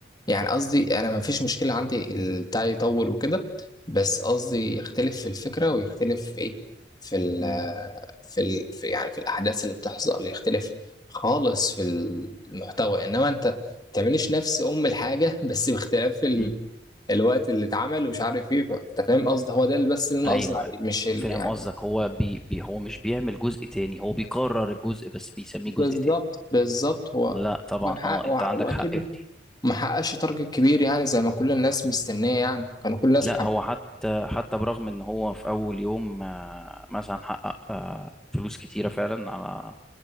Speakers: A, on the left; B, in the centre.
A: يعني قصدي انا ما فيش مشكلة عندي البتاع يطول وكده بس قصدي يختلف في الفكرة ويختلف في ايه في ال
B: مم.
A: في, ال في يعني في الاحداث اللي بتحصل يختلف خالص في المحتوى انما انت ما تعمليش نفس ام الحاجة <laughs> بس باختلاف ال
B: مم.
A: الوقت اللي اتعمل ومش عارف ايه انت فاهم قصدي هو ده اللي بس اللي انا
B: ايوه
A: قصدي عليه
B: ايوه
A: مش ال...
B: فاهم
A: يعني
B: قصدك هو بي بي هو مش بيعمل جزء تاني هو بيكرر الجزء بس بيسميه
A: بالظبط
B: جزء تاني
A: بالظبط هو
B: لا طبعا
A: وح-
B: اه
A: وع-
B: انت عندك
A: واكيد
B: حق في دي
A: ما حققش تارجت كبير يعني زي ما كل الناس مستنيه يعني كانوا كل الناس
B: لا
A: محب
B: هو حتى حتى برغم ان هو في اول يوم آه، مثلا حقق آه، فلوس كتيرة فعلا على